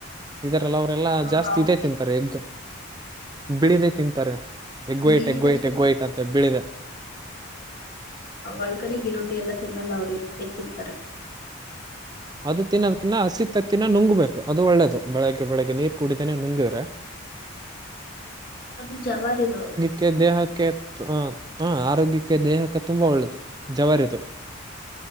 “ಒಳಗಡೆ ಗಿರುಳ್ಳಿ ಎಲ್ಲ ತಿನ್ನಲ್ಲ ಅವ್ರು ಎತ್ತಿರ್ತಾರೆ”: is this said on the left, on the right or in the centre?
Left